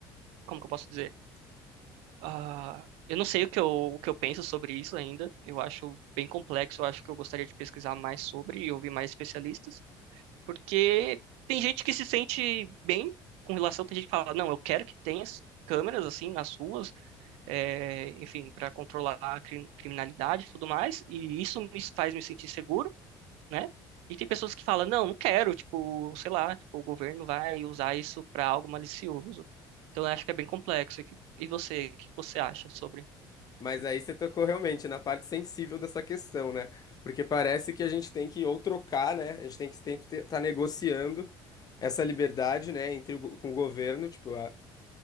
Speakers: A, on the right; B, on the left.
A: como que eu posso dizer? Ah, eu não sei o que eu, o que eu penso sobre isso ainda. Eu acho bem complexo, eu acho que eu gostaria de pesquisar mais sobre e ouvir mais especialistas. Porque tem gente que se sente bem com relação, tem gente que fala, não, eu quero que tenha as câmeras assim nas ruas, é, enfim, para controlar a cri- criminalidade e tudo mais, e isso me faz me sentir seguro, né? E tem pessoas que falam, não, não quero, tipo, sei lá, tipo, o governo vai usar isso para algo malicioso. Então eu acho que é bem complexo. E, que- e você, o que você acha sobre?
B: Mas aí você tocou realmente na parte sensível dessa questão, né? Porque parece que a gente tem que ou trocar, né? A gente tem que estar negociando essa liberdade, né, entre o, go- com o governo, tipo,